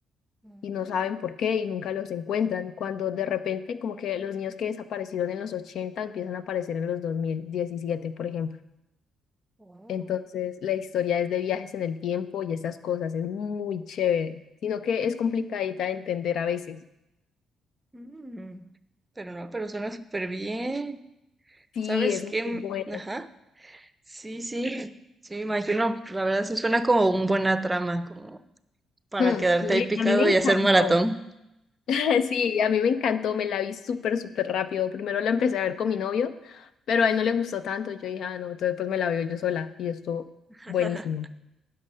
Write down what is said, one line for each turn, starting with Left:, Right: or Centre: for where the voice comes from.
Right: Mm,
Left: y no saben por qué y nunca los encuentran. Cuando de repente como que los niños que desaparecieron en los 80 empiezan a aparecer en los dos mil diecisiete por ejemplo.
Right: wow.
Left: Entonces, la historia es de viajes en el tiempo y esas cosas, es muy chévere, sino que es complicadita de entender a veces.
Right: Mm, pero no, pero suena súper bien.
Left: Sí,
Right: ¿Sabes
Left: es
Right: qué?
Left: muy
Right: M-
Left: buena. <laughs>
Right: Ajá. Sí, sí, sí, me imagino. La verdad sí suena como una buena trama, como para
Left: Hmm, A
Right: quedarte
Left: mí
Right: ahí
Left: me,
Right: picado
Left: a mí me encantó.
Right: y hacer maratón.
Left: <laughs> Sí, a mí me encantó, me la vi súper, súper rápido. Primero la empecé a ver con mi novio, pero a él no le gustó tanto. Yo dije, ah, no, entonces pues me la veo yo sola y estuvo
Right: <laughs>
Left: buenísimo.